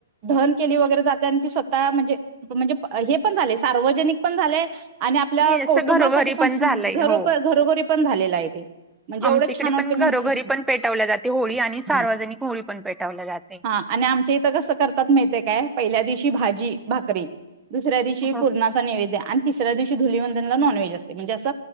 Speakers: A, on the right (about 35°); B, in the centre.
A: दहन केली वगैरे जाते आणि ती स्वतः म्हणजे म्हणजे हे पण झाले सार्वजनिक पण झालेय आणि आपल्या
B: असं
A: कुटुंबासाठी
B: घरोघरी
A: पणरो
B: पण झालंय हो
A: घरोघरी पण झालेला आहे ते म्हणजे
B: आमच्या
A: एवढंच
B: इकडे
A: छान वाटते
B: पण
A: म्हणजे
B: घरोघरी पण पेटवल्या जाते होळी आणि सार्वजनिक
A: हा
B: होळी पण पेटवल्या जाते
A: हा आणि आमच्या इथं कसं करतात माहते काय पहिल्या दिवशी भाजी भाकरी दुसऱ्या दिवशी
B: हो
A: पूर्ण त दिववधन नॉनव्हेज अस म्हणे अस